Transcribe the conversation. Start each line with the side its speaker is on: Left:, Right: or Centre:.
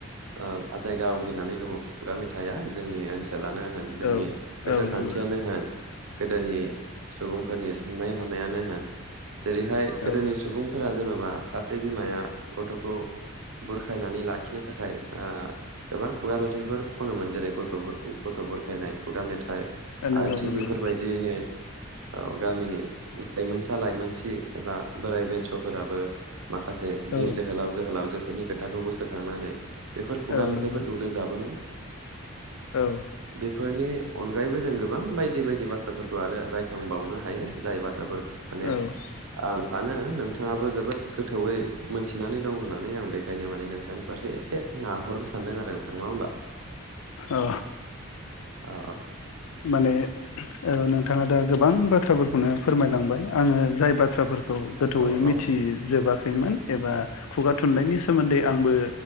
Right: ओ जायगा आवग्रिनानै दङ खुगा मेथाइआ जोंनि ओनसोलानो होन जोंनि
Left: औ
Right: गोसोखांथियानो
Left: औ नंगौ
Right: होन गोदोनि सुबुंफोरनि साननायाव। होन जेरैहाय गोदोनि
Left: औ
Right: सुबुंफोरा जेन'बा सासे बिमाया गथ'खौ बुरखायनानै लाखिनो थाखाय ओ गोबां खुगा मेथाइफोर खनोमोन जेरै गथ'फोर गथ' बुरखायनाय खुगा मेथाय नाथाय
Left: औ नंगौ
Right: आरो थिग
Left: नंगौ
Right: बेफोरबायदियैनो ओ गामिनि लाइमोनसा लाइमोनसि एबा बोराइ बेन्स'फोराबो माखासे
Left: औ
Right: बिर जोहोलाव जोहोलावजोफोरनि खोथाखौ गोसोखांनानै बेफोर खुगा
Left: औ
Right: मेथाइफोरखौ
Left: नंगौ
Right: रोजाबोमोन।
Left: औ।
Right: फोरनि अनगायैबो जों गोबां बायदि बायदि बाथ्राफोरखौ आरो रायखांबावनो हायो जाय बाथ्रा <inaudible> माने
Left: औ
Right: आं सानो नोंथाङाबो जोबोद गोथौयै मोनथिनानै दं होननानै आं बेखायनो माने नोंथांनि फारसे एसे नारहरनो सानदों आरो नोंथां नङा होमबा।
Left: औ
Right: औ
Left: माने ओ नों नोंथाङा दा गोबां बाथ्राफोरखौनो फोरमायलांबाय आङो जाय बाथ्राफोर खौ गोथौयै
Right: औ
Left: मिथिजोबा
Right: औ
Left: खौ मोन एबा खुगा थुनलाइनि सोमोन्दै आंबो